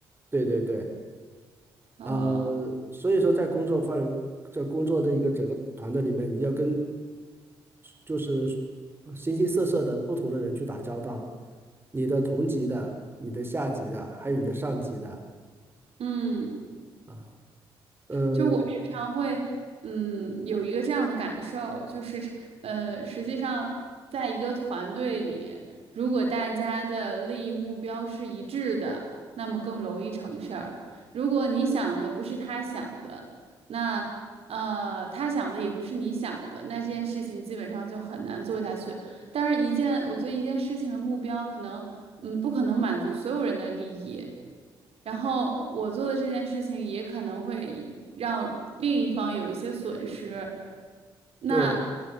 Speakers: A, on the right (about 20°); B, on the right (about 60°).
A: 对对对，
B: 呃
A: 呃，所以说在工作范围，在工作的一个整个团队里面，你要跟就是呃形形色色的不同的人去打交道，你的同级的、你的下级的，还有你的上级的
B: 嗯。
A: 啊，呃，
B: 就我时常会，嗯，有一个这样的感受，就是，呃，实际上，在一个团队里，如果大家的利益目标是一致的，那么更容易成事儿。如果你想的不是他想的，那呃，他想的也不是你想的，那这件事情基本上就很难做下去。当然，一件我觉得一件事情的目标可能。嗯，不可能满足所有人的利益。然后我做的这件事情也可能会让另一方有一些损失。那
A: 对，